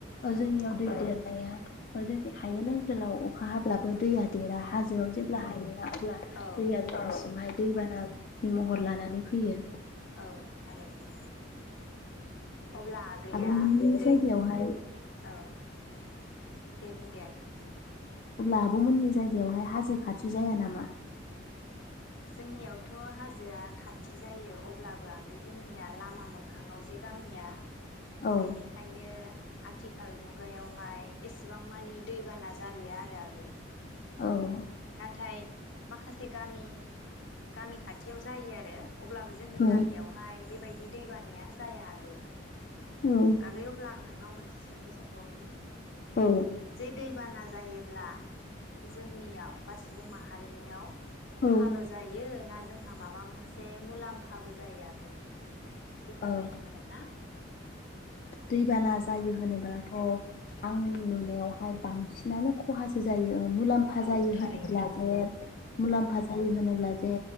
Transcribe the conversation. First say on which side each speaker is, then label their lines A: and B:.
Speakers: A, on the left; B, on the left.
A: ओ जोंनियाव
B: औ
A: दै देर ओ जोंनि हायेन ओनसोलाव अखा हाब्लाबो दैया देरा हाजोआव
B: औ
A: जेब्ला हायोना अ ब्ला दैया
B: औ
A: गोबांसिमहाय दैबानानि महर लानानै फैयो।
B: औ थारैनो अब्ला आगैया
A: आब'मोननि
B: दै
A: जायगायावहाय
B: औ दे बुं दे आगै जां
A: अब्ला आबमोननि जायगायावहाय हाजो खाथि जाया नामा?
B: जोंनियावथ हाजोआ खा थि जायो अब्लाबो आगै जोंनिया लामा मोखाङाव जे गामिया।
A: औ
B: बेनिखायनो आथिखाल मुगायावहाय एसेबां मानि दैबाना जालिया आरो आगै।
A: औ
B: नाथाय माखासे गामि गामि खाथि बियाव जायो आरो अब्लाबो जोंनि
A: औ
B: गामियावहाय बेबायदि दै बानाया जाया। गै
A: औ
B: आगै अब्ला आं नों नाव मोनसे सोंलु सोंबावनि।
A: औ
B: जे दैबाना जायोब्ला जोंनियाव बा सुबुं माहारिनियाव खहाल'
A: औ
B: जायो ना जोंहा माबा मोनसे मुलाम्फाबो जाय आगै एसे फोरमायनो
A: औ
B: हागोन ना?
A: दैबाना जायो होनोब्लाथ' आंनि नुनायावहाय बांसिनानो खहासो जायो। ओ मुलाम्फा
B: औ
A: जायो
B: थारैनो
A: होनोब्ला जे मुलामफा
B: औ
A: जायो होनोब्ला जे